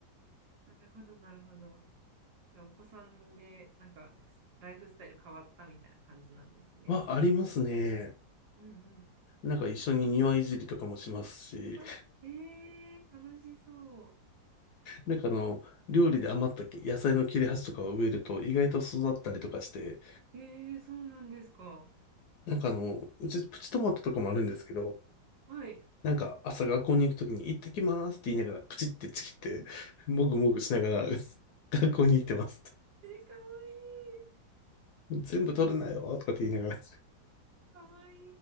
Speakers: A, on the right; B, on the left.
A: なるほど、なるほど。じゃあ、お子さんで、なんか、ライフスタイル変わったみたいな感じなんですね。
B: まあ、ありますね。
A: うんうん。
B: なんか一緒に庭いじりとかもしますし、
A: あ、えー、楽しそ
B: なんかあの、料理で余った野菜の切れ端とかを植えると意外と育ったりとかして、
A: う。えー、そうなんですか。
B: なんかあの、うちプチトマトとかもあるんですけど、
A: はい。え
B: なんか朝学校に行くときに行ってきますって言いながらプチってちぎって、もぐもぐしながら <laughs> 学校に行ってます。
A: ー、かわい
B: 全部取るなよとかって言いながら。い
A: い。かわい